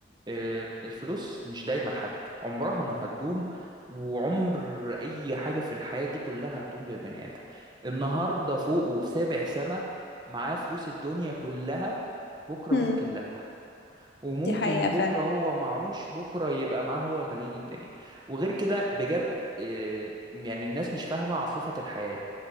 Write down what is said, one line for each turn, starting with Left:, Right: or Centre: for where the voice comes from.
Right: أه الفلوس مش دايما لحد عمرها ما هتدوم وعمر اي حاجة في الحياة دي كلها هتدوم للبني ادم النهاردة فوق وفي سابع سما معاه فلوس الدنيا كلها بكرة
Left: امم
Right: ممكن لا وممكن
Left: دي حقيقة
Right: بكره
Left: فعلا
Right: هو معهوش بكره يبقى معاه هو الملايين الدنيا وغير كده بجد آه، يعني الناس مش فاهمه عاصفه الحياه